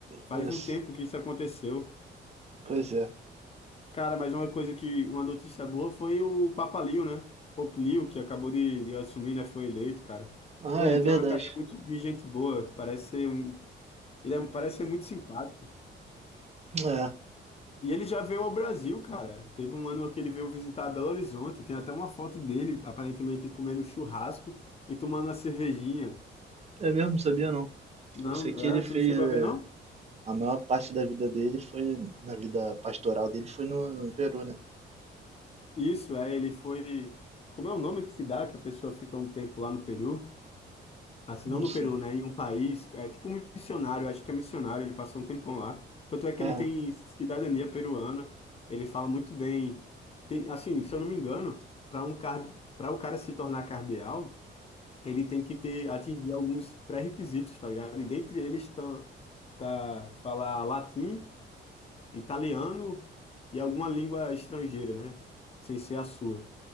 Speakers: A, on the left (about 30°); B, on the right (about 35°).
A: Faz
B: Isso.
A: um tempo que isso aconteceu.
B: Pois é.
A: Cara, mas uma coisa que, uma notícia boa foi o Papa Leo, né? Pope Leo, que acabou de, de assumir, né? Foi eleito, cara.
B: Ah,
A: Pô, ele
B: é verdade.
A: tem uma carinha muito de gente boa, parece ser um, ele é- parece ser muito simpático.
B: É.
A: E ele já veio ao Brasil, cara. Teve um ano que ele veio visitar Belo Horizonte, tem até uma foto dele, aparentemente comendo churrasco e tomando uma cervejinha.
B: É mesmo, sabia não.
A: Não,
B: Eu sei que ele
A: é,
B: fez.
A: tu não chegou
B: é,
A: a ver, não?
B: A maior parte da vida dele foi, na vida pastoral dele, foi no, no Peru, né?
A: Isso, é, ele foi. Como é o nome que se dá que a pessoa fica um tempo lá no Peru? Assim,
B: Não
A: não no
B: sei.
A: Peru, né? Em um país, é tipo um missionário, acho que é missionário, ele passou um tempão lá. Tanto é que
B: ah
A: ele tem cidadania peruana, ele fala muito bem. Tem, assim, se eu não me engano, para um car... para o cara se tornar cardeal, ele tem que ter atingir alguns pré-requisitos, tá ligado? E dentre eles estão tá falar latim, italiano e alguma língua estrangeira, né? Sem ser a sua.